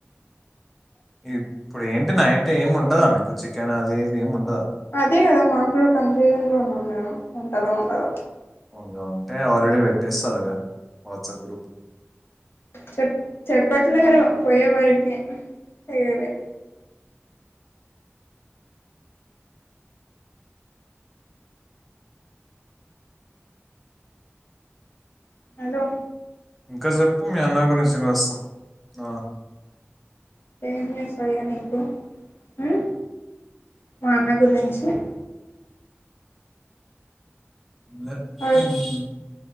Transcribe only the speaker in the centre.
ఇప్పుడు ఏంటి నైట్ ఏమి ఉండదా మీకు చికెన్ అది ఇది ఏమి ఉం
ఉంగ ఉంటే ఆల్రెడీ పెట్టేస్తారుగా వాట్సాప్ గ్రూప్
ఇంకా చెప్పు మీ అన్న గురించి మస్తు ఆ
లే
ఉమ్